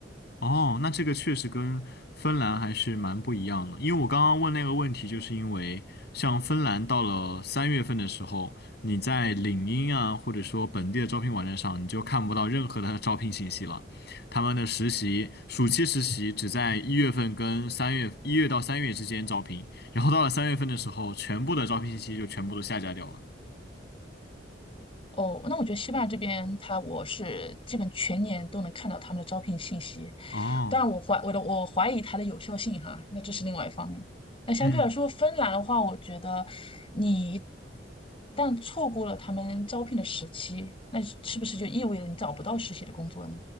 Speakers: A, on the left (about 60°); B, on the left (about 30°).
A: 哦，那这个确实跟芬兰还是蛮不一样的，因为我刚刚问那个问题，就是因为像芬兰到了三月份的时候，你在领英啊，或者说本地的招聘网站上，你就看不到任何的 <laughs> 招聘信息了。他们的实习，暑期实习只在一月份跟三月，一月到三月之间招聘，然后到了三月份的时候，全部的招聘信息就全部都下架掉了。
B: 哦，那我觉得西班牙这边，它我是基本全年都能看到他们的招聘信息，
A: 哦，
B: 但我怀我的我怀疑它的有效性哈，那这是另外一方面。那相对来说，
A: 嗯，
B: 芬兰的话，我觉得你一旦错过了他们招聘的时期，那是不是就意味着你找不到实习的工作呢？